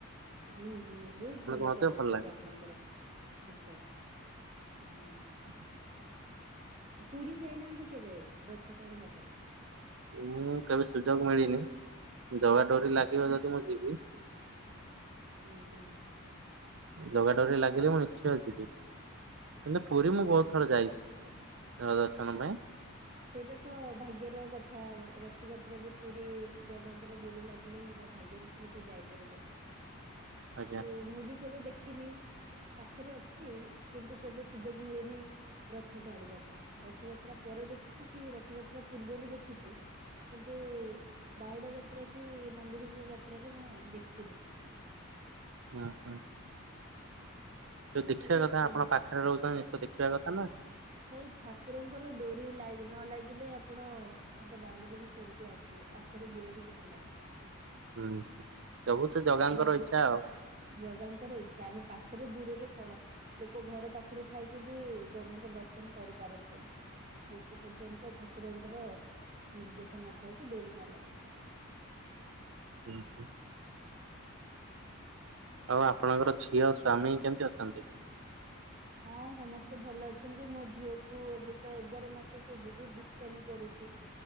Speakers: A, on the right; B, on the right.
A: ହୁଁ-ହୁଁ ବହୁତ୍ ଭଲ
B: ମଧ୍ୟ
A: ପଦକ୍ଷେପ
B: ଲାଗେ।
A: ଆପଣଙ୍କର ଆଚ୍ଛା। ହୁଁ।
B: <unintelligible>
A: ପୁରୀ ଯାଇନାହାନ୍ତି କେବେ ରଥ ଟାଣିବା ପାଇଁ?
B: ମୁଁ କେବେ ସୁଯୋଗ ମିଳିନି ଜଗା ଡୋରି ଲାଗିବ ଯଦି ମୁଁ ଯିବି।
A: ହୁଁ-ହୁଁ।
B: ଜଗା ଡୋରି ଲାଗିଲେ ମୁଁ ନିଶ୍ଚୟ ଯିବି କିନ୍ତୁ ପୁରୀ ମୁଁ ବହୁତ୍ ଥର
A: ହଁ।
B: ଯାଇଚି। <unintelligible> ଦର୍ଶନ ପାଇଁ।
A: ସେଇଟା ତ ଭାଗ୍ୟର କଥା ରଥଯାତ୍ରାରେ ପୁରୀ ଜଗାଙ୍କର ଡୋରି ଲାଗିଲେ ହିଁ ଯାହା ଭାଗ୍ୟରେ ଥିବ ସେ ଯାଇପାରିବ
B: ଆଜ୍ଞା
A: ତ ମୁଁ ବି କେବେ ଦେଖିନି। ପାଖରେ ଅଛି କିନ୍ତୁ କେବେ ସୁଯୋଗ ମିଳିନି ରଥ ଟାଣିବା ପାଇଁ ରଥଯାତ୍ରା ପରେ ଦେଖିଛି କି ରଥଯାତ୍ରା ପୂର୍ବରୁ ଦେ ଖିଚି କିନ୍ତୁ ବାହୁଡା ଯାତ୍ରା କି ନନ୍ଦିଘୋଷ ଯାତ୍ରାରେ ମୁଁ ଦେଖିନି
B: ମାଆ ଯୋଉ ଦେଖିବା
A: ଦେଖାଯାଉ
B: କଥା ଆପଣ ପାଖରେ ରହୁଛନ୍ତି ନିଶ୍ଚ ଦେଖିବା କଥା ନା
A: ଭାଇ ଠାକୁରଙ୍କର ଡୋରି ଲାଗି ନ ଲାଗିଲେ ଆପଣ ତାଙ୍କ ଦାଣ୍ଡରୁକୁ ଫେରିକି ଆସିବେ ବା ପାଖରେ ଦୂରରେ କିଛି ନାହିଁ
B: ହୁଁ ସବୁ ସେ ଜଗାଙ୍କର
A: ଆମେ
B: ଇଚ୍ଛା ଆଉ।
A: ଜଗାଙ୍କର ଇଚ୍ଛା ଆମେ ପାଖରେ ଦୂରରେ କଣ ଲୋକ ଘର ପାଖରେ ଥାଇକି ବି ଜଗଙ୍କ ଦର୍ଶନ କରିପାରନ୍ତିନି। ଯେତେ ପର୍ଯ୍ୟନ୍ତ ଠାକୁରଙ୍କର ନିର୍ଦ୍ଦେଶ ନଥାଏ କି ଡୋରି ନ ଲାଗିଥାଏ।
B: ହୁଁ ହୁଁ ଆଉ ଆପଣଙ୍କର ଝିଅ ସ୍ଵାମୀ କେମିତି ଅଛନ୍ତି?
A: ହଁ ସମସ୍ତେ ଭଲ ଅଛନ୍ତି ମୋ ଝିଅକୁ ଏବେ ତ ଏଗାର ମାସ ସି ବହୁତ ଦୁଷ୍ଟାମୀ କରୁଛି।